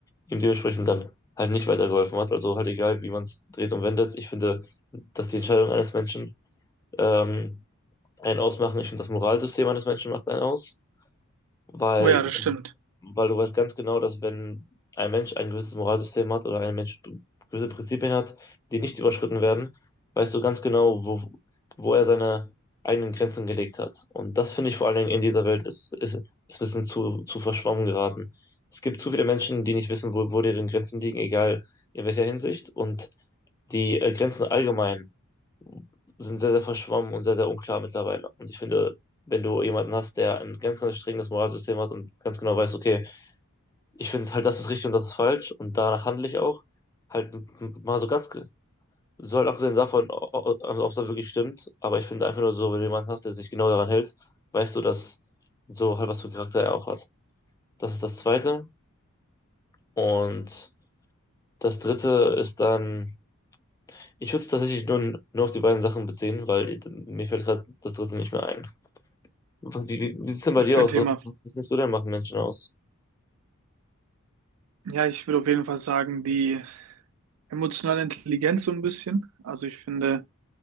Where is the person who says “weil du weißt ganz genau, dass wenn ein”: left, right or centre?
Left